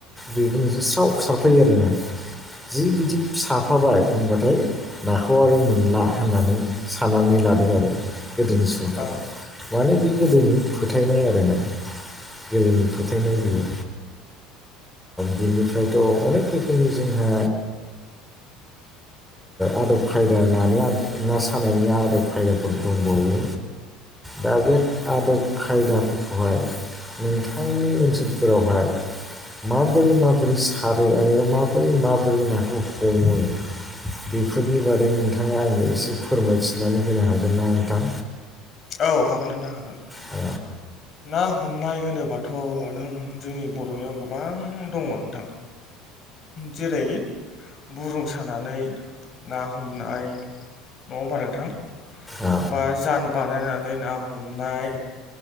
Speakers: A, in the centre; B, on the left.
A: बेबो नोंस स्राव सारफायो आरो ना। जि बिदि साफाबाय होनबाथाय नाखौ आरो मोनला होननानै साननानै लादों आरो गोदोनि समफोराव
B: औ
A: माने बे गोदोनि फोथायनाय आर ना गोदोनि फोथायनाय बियो बिनिफ्रायथ' अनेक रोखोमनि जोंहा आदब खायदा नानि ना सानायनि आदब खायदाफोर दंबावो। दा बे आदब खायदाखौहाय नोंथांनि ओनसोलफोरावहाय माबोरै माबोरै सारो आरो माबोरै मोरै माबोरै नाखौ हमो? बेफोरनि बारै नोंथाङा आंनो एसे फोरमायथिनानै होनो हागोन ना नोंथां।
B: औ हागोन नोंथां हागोन।
A: अ
B: ना हमनाय होनोबाथ' नों जोंनि बर'नियाव गोबां दङ नोंथां। जेरै बुरुम सानानै ना हमनाय नङा होमबा नोंथां?
A: औ
B: बा जान बानायनानै ना हमनाय